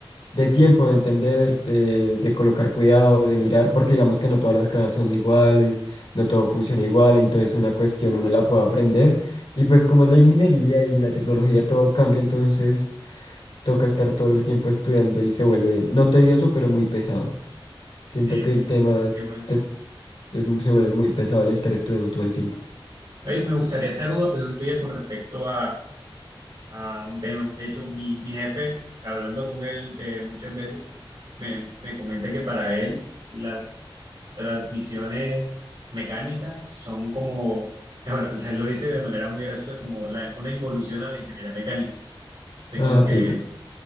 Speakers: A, on the left; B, on the right.
A: de tiempo, de entender, de, de colocar cuidado, de mirar, porque digamos que no todas las casas son iguales, no todo funciona igual, entonces una cuestión uno la puede aprender y pues como es la ingeniería y la tecnología todo cambia, entonces toca estar todo el tiempo estudiando y se vuelve no tedioso, pero muy pesado. Siento
B: Sí,
A: que
B: sí,
A: el tema
B: igual.
A: te es- es- se vuelve muy pesado el estar estudiando todo el tiempo.
B: Ay, me gustaría saber una opinión tuya con respecto a a un tema. De hecho, mi, mi jefe, hablando con él eh, muchas veces, me, me comenta que para él las transmisiones mecánicas son como, eh, bueno, <laughs> él lo dice de manera muy graciosa, como la- una involución a la ingeniería mecánica. O sea,
A: Ah,
B: como
A: sí.
B: que,
A: to-